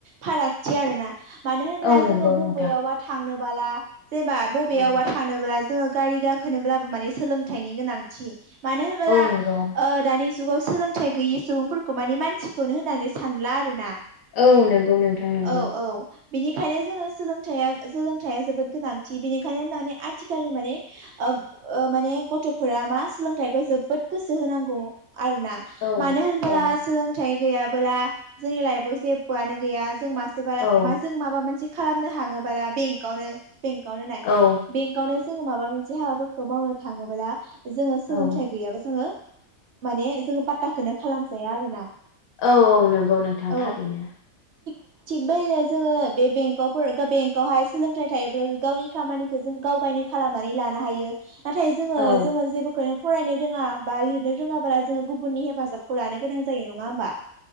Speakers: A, on the right; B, on the left.
A: फारागथि आरो ना मानो होनब्ला
B: औ नंगौ
A: जोङो बबेयावबा
B: नोंथां
A: थांनोबोला जेनेबा बबेयावबा
B: औ
A: थांनोबोला जोङो गारि गाखोनोब्लाबो माने सोलोंथाइनि गोनांथि मानो होनोब्ला
B: औ नंगौ
A: ओ दानि जुगाव सोलोंथाइ गैयै सुबुंफोरखौ माने मानसिखौनो होननानै सानला आरोना
B: औ नंगौ नोंथां नंगौ
A: औ औ बिनिखायनो जोंनो सोलों सोलोंथाइआ जोबोद गोनांथि बेनिखायनो दानि आथिखालनि माने ओ माने गथ'फोरा मा सोलोंथाइखौ जोबोद गोसो होनांगौ ओब आरोना
B: औ
A: मानो होनबोला
B: औ
A: सोलोंथाइ गैयाबोला जोंनि लाइफआव जेबोआनो गैया जों मासे बारा
B: औ
A: मा जों माबा मोनसे खालामनो हाङोबारा बेंकआवनो बेंकआवनो नाय
B: औ
A: बेंकआवनो जोङो माबा मोनसे हाबाफोरखौ मावनो थाङोब्ला जोङो सोलोंथाइ
B: औ
A: गैयाबा जोङो माने जोङो पात्टाखौनो खालामजाया आरोना
B: औ औ नंगौ नोंथां थांथारैनो
A: औ <unintelligible> जोङो बे बेंकआव बेंकआवहाय सोलोंथाइ थायोब्ला गावनि खामानिखौ जों गावगायनो खालामनानै ला लानो हायो नाथाय जोङो
B: औ
A: जोङो जेबोखौनो फरायनो रोङा बा लिरनो रोङाब्ला जोङो गुबुननि हेफाजाबखौ लानो गोनां जायो नङा होमबा